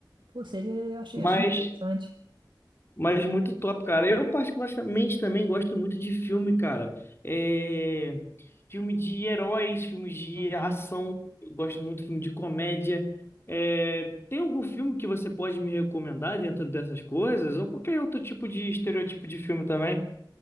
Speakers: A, on the right; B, on the left.
A: Pô, seria. eu Achei,
B: Mas
A: achei interessante.
B: Mas muito top, cara. Eu particularmente também gosto muito de filme, cara. É... Filme de heróis, filmes de
A: Uhum.
B: ação. Eu gosto muito de filme de comédia. É, Tem algum filme que você pode me recomendar dentro dessas coisas? Ou qualquer outro tipo de estereotipo de filme também?